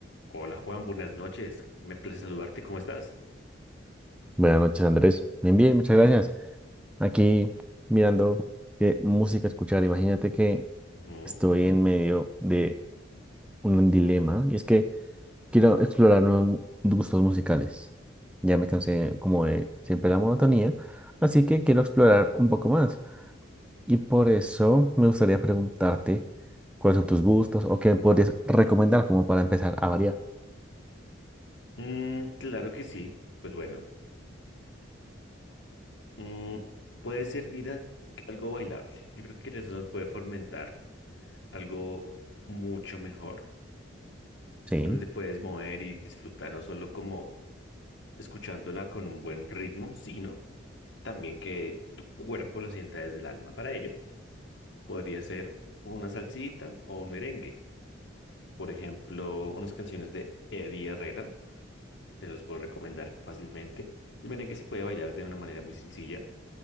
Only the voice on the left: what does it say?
Hola Juan, buenas noches. Me place saludarte. ¿Cómo estás?
Ujú.
Mm, claro que sí. Pues bueno, mm, puede ser, mira, algo bailable. Yo creo que eso nos puede fomentar algo mucho mejor,
donde puedes mover y disfrutar no solo como escuchándola con un buen ritmo, sino también que tu cuerpo lo sienta desde el alma. Para ello, podría ser una salsita o un merengue. Por ejemplo, unas canciones de Eddie Herrera Te los puedo recomendar fácilmente. El merengue se puede bailar de una manera muy sencilla,